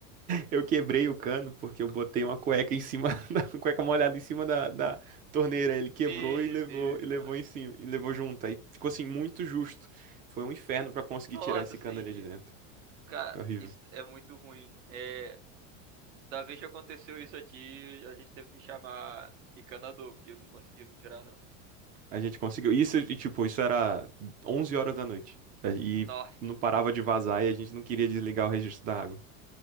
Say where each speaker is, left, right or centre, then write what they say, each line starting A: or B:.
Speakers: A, on the right; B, on the right.
A: Eu quebrei o cano porque eu botei uma cueca em cima <laughs> da uma cueca molhada em cima da, da torneira. Ele quebrou
B: meu
A: e levou
B: Deus,
A: e levou
B: mas...
A: em cima e levou junto. Aí ficou assim muito justo. Foi um inferno pra conseguir
B: Nossa,
A: tirar esse
B: assim,
A: cano ali de dentro.
B: cara,
A: Foi horrível.
B: isso é muito ruim. É, Da vez que aconteceu isso aqui, a gente teve que chamar encanador, porque não conseguimos tirar, não.
A: A gente conseguiu. Isso e tipo, isso era 11 horas da noite. E
B: Nossa,
A: não parava de vazar e a gente não queria desligar o registro da água.